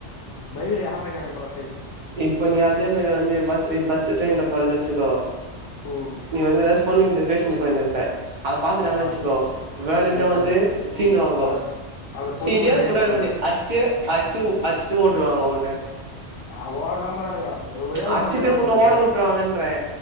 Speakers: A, on the left; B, on the right.
A: பைக்ல யார்ரா கேக்க போற
B: இப்ப நீ அதே மாரி வந்து பஸ் இப் பஸ்ஸு ட்ரெயின்ல போறன்னு வச்சுக்கோ
A: ம்
B: நீ வந்து எதாச்சு பொண்ணுங்கிட்ட பேசினு போய்ன்னு இருப்ப அத பாத்துடாங்கன்னு
A: ஆ
B: வச்சிக்கோ வேணுன்ட்டே
A: அடிப்பானுங்க
B: வந்து சீண்டு வாங்கோ
A: அ- அந்த பொண்ணு
B: சீண்டியாது
A: முன்னாடி அடிப்பானுங்க
B: புண்ணாக்கு மூட்டய அஸ்ட்டு அச்சு அச்சிட்டு ஓட்டுவாங்க உன்ன
A: ஆ ஓடல்லா மாட்டானுங்க ஒரு ஒரே ஆள்
B: அடிச்சுட்டு
A: மாட்னா என்னா
B: உன்ன
A: பண்றது
B: ஓட விட்டுருவாங்கன்றே